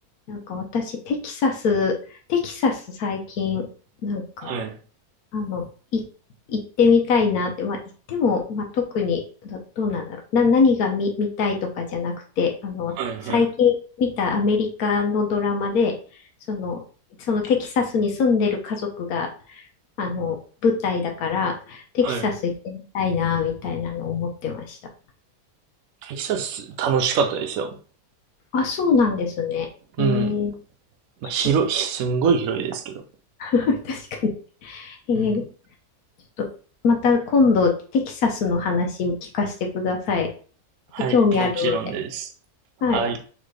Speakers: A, on the left (about 75°); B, on the right (about 70°).
A: なんか私、テキサス、テキサス最近、なんか、
B: はい。
A: あの、い、行ってみたいなって、まあ、行っても、まあ、特にど、どうなんだろう。な、何が見、見たいとかじゃなくて、あの、
B: はい。
A: 最近見たアメリカのドラマで、
B: はい。
A: その、そのテキサスに住んでる家族が、あの、舞台だから、テキサス行ってみたいな、
B: はい。
A: みたいなのを思ってました。
B: テキサス楽しかったですよ。
A: あ、そうなんですね。
B: うん。
A: えー、
B: まあ、広い、
A: ちょっと、
B: すんごい広いですけど。
A: <laughs> 確かに。えー、
B: うん。
A: ちょっと、また今度、テキサスの話を聞かせてください。
B: はい。
A: ちょっと興味あるので。
B: もちろんです。はい。
A: はい。